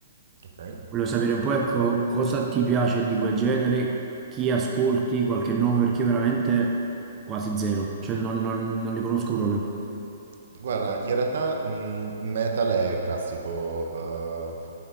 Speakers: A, on the right; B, on the right.
A: Ok?
B: volevo sapere un po' ecco cosa ti piace di quel genere, chi ascolti, qualche nome, perché io veramente quasi zero, cioè non, non non li conosco proprio,
A: Guarda, in realtà mh, metal è il classico eh,